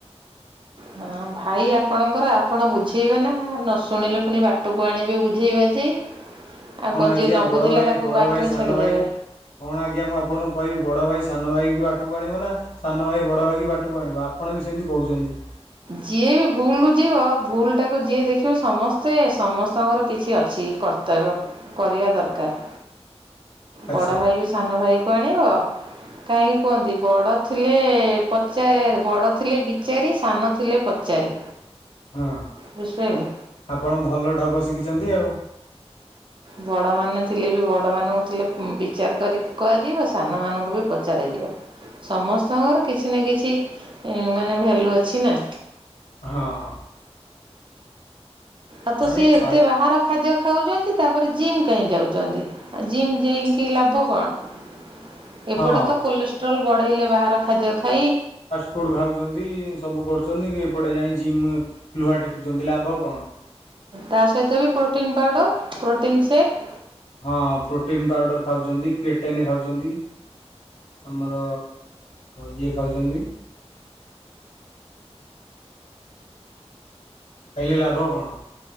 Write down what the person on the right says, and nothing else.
ହଁ। ଭାଇ ଆପଣଙ୍କର ଆପଣ ବୁଝେଇବେ ନା। ନ ଶୁଣିଲେ ପୁଣି ବାଟକୁ ଆଣିବେ ବୁଝେଇ ବାଝଇ। ଆଉ କଣ
ଯିଏ ନ
ବୁଝିଲା
ତାକୁ
ବାଟ
ରେ
ଛାଡିଦେବେ।
ଯିଏ ବି ଭୁଲ୍ ଲୁଚେଇବ ଭୁଲ୍ ଟାକୁ ଯିଏ ଦେଖିବ ସମସ୍ତେ ସମସ୍ତଙ୍କର କିଛି ଅଛି କର ର୍ତ୍ତବ୍ୟ କରିବା ଦରକାର୍।
ବଡ଼ ଭାଇ ବି ସାନ ଭାଇ କି ଆଣିବ କାହିଁକି କୁହନ୍ତି? ବଡ଼ ଥିଲେ ପଛେ ବଡ଼ ଥିଲେ ବିଚାରି ସାନ ଥିଲେ ପଚାରି।
ବୁଝିପାରିଲେ
ବଡ଼ ମାନେ ଥିଲେ ବି ବଡ଼ମାନଙ୍କୁ ଥିଲେ ବିଚାର କରି କୁହାଯିବ ସାନମାନଙ୍କୁ ବି ପଚାରାଯିବ। ସମସ୍ତଙ୍କର କିଛି ନା କିଛି ଇ ମାନେ ଭେଲ୍ୟୁ ଅଛି ନା।
ଆଉ ତ
ସିଏ
ଏତେ ବାହାର ଖାଦ୍ୟ ଖାଉଛନ୍ତି ତାପରେ ଜିମ୍ କାହିଁ ଯାଉଛନ୍ତି ଆଉ ଜିମ୍ ଯାଇକି ଲାଭ କଣ? ଏପଟେ
ତ କୋଲେଷ୍ଟ୍ରୋଲ ବଢେଇଲେ ବାହାର ଖାଦ୍ୟ ଖାଇ
ତା ସହିତ ବି ପ୍ରୋଟିନ୍ ପାଉଡ଼ର ପ୍ରୋଟିନ୍ ସେକ୍